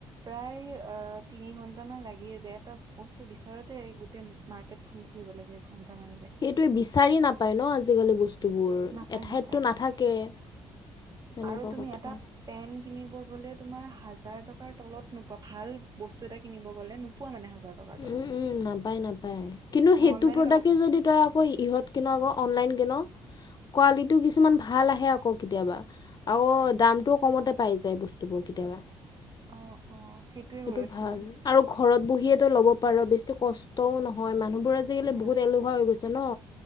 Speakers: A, on the right; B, on the left.
A: প্ৰায় অ তিনি ঘন্ট মান লাগিয়ে যে এটা বস্তু বিচাৰোতে গোটেই মাৰ্কেট খন ঘুৰিব লাগে এঘণ্টা মান যায়
B: এইটোৱে বিচাৰি নাপায় ন আজিকালি বস্তু বোৰ
A: নাপায়
B: এঠাইততো
A: নাপায়
B: নাথাকে সেনেকুৱা
A: আৰু তুমি
B: কথা
A: এটা পেন কিনিব গলে তুমাৰ হাজাৰ টকাৰ তলত নোপোৱা ভাল বস্তু এটা কিনিব গলে পোৱা মানে হাজাৰ টকাত
B: উম উম নাপায় নাপায় কিন্তু সেইটো
A: অনলাইনত
B: প্ৰডাক্টে
A: আকৌ পায়
B: যদি তই অই ইহত কিনো আকৌ অনলাইন কিন কোৱালিটিও কিছুমান ভাল আহে আকৌ কেতিয়াবা আৰু দামটোও কমতে পাই যায় বস্তুবোৰ কেতিয়াবা
A: অ অ সেইটোয়ে
B: সেইটো
A: কৈ আছো
B: ভাল
A: মই
B: আৰু ঘৰত বহিয়েতো ল'ব পাৰ বেছি কষ্টও নহয় মানুহবোৰ আজিকালি
A: নহয়
B: বহুত এলেহু ৱা হৈ গৈছে ন